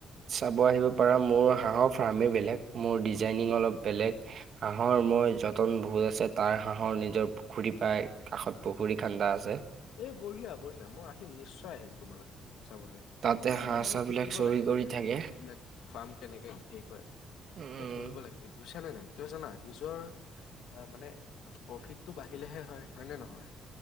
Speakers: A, on the right; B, on the left.
A: চাব আহিব পাৰা মোৰ হাঁহৰ ফাৰ্মেই বেলেগ মোৰ ডিজাইনিং অলপ বেলেগ, হাঁহৰ মোৰ যতন বহুত আছে তাৰ হাঁহৰ নিজৰ পুখুৰী পায়, কাষত পুখুৰী খান্দা আছে।
B: এ বঢ়িয়া বঢ়িয়া, মই আহিম নিশ্চয় আহিম তোমালৈ চাবলৈ,
A: তাতে
B: এই
A: হাঁহ
B: মানে
A: চাহ
B: শিকিব
A: বিলাক চৰি
B: লাগে
A: কৰি
B: মানে
A: থাকে
B: এইবিলাক ফাৰ্ম কেনেকে হে কৰে? এইবিলাক
A: উম
B: কৰিব লাগে বুজিছা নে নাই? কিয় জানা, নিজৰ আ মানে প্ৰফিটটো বাঢ়িলেহে হয়। হয় নে নহয়?